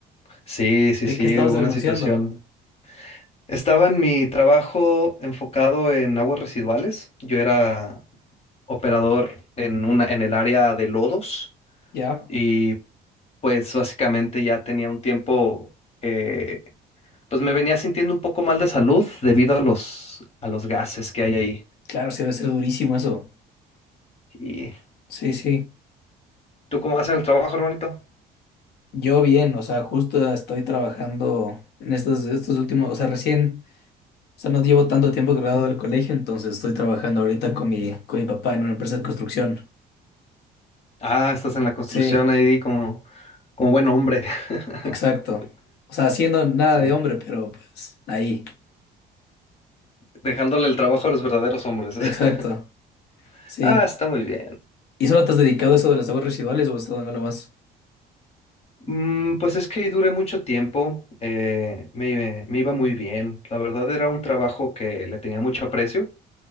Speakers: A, on the left (about 35°); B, on the left (about 75°).
A: Sí,
B: ¿de
A: sí, sí,
B: qué estabas
A: hubo
B: renunciando?
A: una situación. Estaba en mi trabajo enfocado en aguas residuales. Yo era operador en una, en el área de lodos
B: Ya,
A: y pues básicamente ya tenía un tiempo que pues me venía sintiendo un poco mal de salud debido a los, a los gases que hay ahí.
B: claro, sí debe ser durísimo eso.
A: Y
B: Sí, sí.
A: ¿Tú cómo vas en el trabajo, hermanito?
B: Yo bien, o sea, justo estoy trabajando en estos, estos últimos, o sea, recién, o sea, no llevo tanto tiempo graduado del colegio, entonces estoy trabajando ahorita con mi, con mi papá en una empresa de construcción.
A: Ah, estás en la construcción
B: Sí.
A: ahí como, como buen hombre. <laughs>
B: Exacto. O sea, haciendo nada
A: Sí,
B: de hombre, pero pues ahí.
A: dejándole el trabajo a los verdaderos hombres.
B: Exacto.
A: <laughs>
B: Sí.
A: Ah, está muy bien.
B: ¿Y solo te has dedicado a eso de las aguas residuales o has estado en algo más?
A: Mm, pues es que ahí duré mucho tiempo, eh, me, me iba muy bien. La verdad era un trabajo que le tenía mucho aprecio